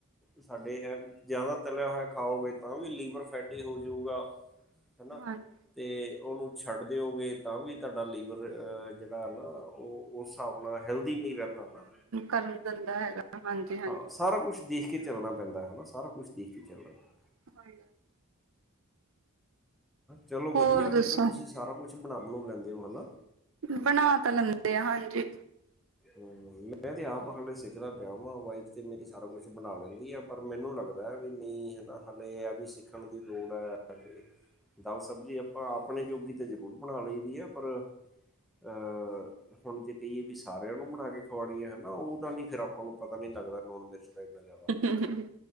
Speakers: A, in the centre; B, on the right (about 60°).
A: ਸਾਡੇ ਏ, ਜਾਦਾ ਤਲਿਆ ਹੋਇਆ ਖਾਓਗੇ ਤਾਂ ਵੀ ਲੀਵਰ ਫੈਟੀ ਹੋਜੂਗਾ। ਹਨਾ,
B: ਹਾਂਜੀ,
A: 'ਤੇ ਓਨੂੰ ਛੱਡ ਦਿਓਗੇ ਤਾਂ ਵੀ ਤੁਹਾਡਾ ਲੀਵਰ, ਅਹ ਜੇੜਾ ਨਾ, ਓ ਓਸ ਹਿਸਾਬ ਨਾਲ ਹੈਲਦੀ ਨਈਂ ਰੈਂਦਾ ਨਾ।
B: ਘਰ ਵੀ ਗੰਦਾ ਹੈਗਾ। ਹਾਂਜੀ-ਹਾਂਜੀ।
A: ਹਾਂ, ਸਾਰਾ ਕੁਛ ਦੇਖ ਕੇ ਚੱਲਨਾ ਪੈਂਦਾ ਹੈਨਾ, ਸਾਰਾ ਕੁਛ ਦੇਖ ਕੇ ਚੱਲਨਾ ਪੈਂਦਾ।
B: ਹਾਏ!
A: ਚਲੋ ਵਦੀਆ,
B: ਹੋਰ ਦੱਸੋ
A: ਫਿਰ ਤਾਂ ਤੁਸੀਂ ਸਾਰਾ ਕੁਛ ਬਨਾ- ਬਨੂੰ ਲੈਂਦੇ ਓ, ਹੈਨਾ?
B: ਬਨਾ ਤਾਂ ਲੈਂਦੇ ਆ, ਹਾਂਜੀ।
A: ਹੂੰ, ਮੈਂ ਤੇ ਆਪ ਹਾਲੇ ਸਿੱਖਦਾ ਪੇਆ ਵਾਂ, ਵਾਈਫ ਤੇ ਮੇਰੀ ਸਾਰਾ ਕੁਛ ਬਨਾ ਲੈਂਦੀ ਆ। ਪਰ ਮੈਨੂੰ ਲੱਗਦੈ ਵੀ ਨਈਂ, ਹਨਾ? ਹਾਲੇ ਐ ਵੀ ਸਿੱਖਨ ਦੀ ਲੋੜ ਐ, ਹਾਲੇ।
B: ਹ <inaudible>
A: ਦਾਲ-ਸਬਜ਼ੀ ਆਪਾਂ ਆਪਨੇ ਜੋਗੀ ਤਾਂ ਜ਼ਰੂਰ ਬਨਾ ਲਈ ਦੀ ਏ, ਪਰ ਅਹ, ਹੁਨ ਜੇ ਕਈਏ ਵੀ ਸਾਰਿਆਂ ਨੂੰ ਬਨਾ ਕੇ ਖਵਾ ਰੀ ਏ ਹੈਨਾ? ਉਹ ਤਾਂ ਨੀ ਫਿਰ ਆਪ ਓਨੂੰ ਪਤਾ ਨੀ ਲੱਗਦਾ, ਲੂਨ, ਮਿਰਚ ਦਾ ਇੰਨਾ ਜਾਦਾ।
B: ਉਹੂੰ, ਉਹੂੰ।